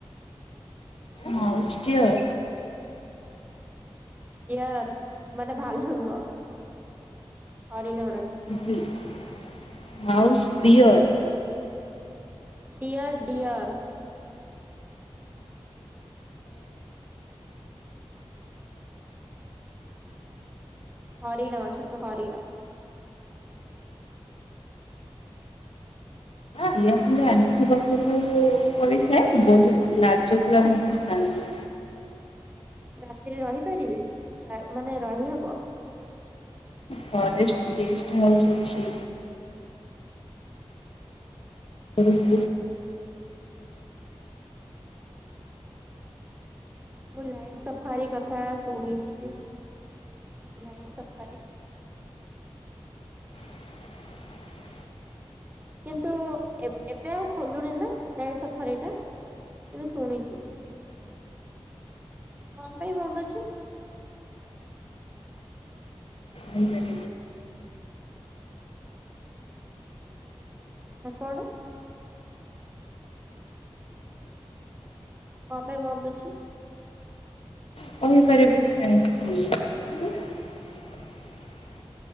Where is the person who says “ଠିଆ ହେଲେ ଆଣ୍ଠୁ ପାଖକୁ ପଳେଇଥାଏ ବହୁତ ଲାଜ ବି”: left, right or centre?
Left